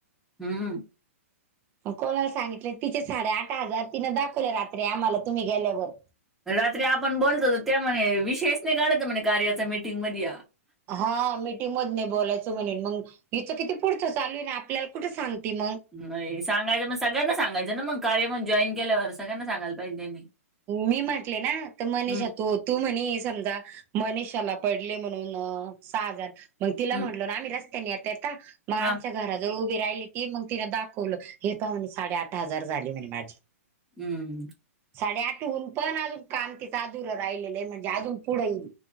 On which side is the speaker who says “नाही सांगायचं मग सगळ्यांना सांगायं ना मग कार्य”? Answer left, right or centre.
Centre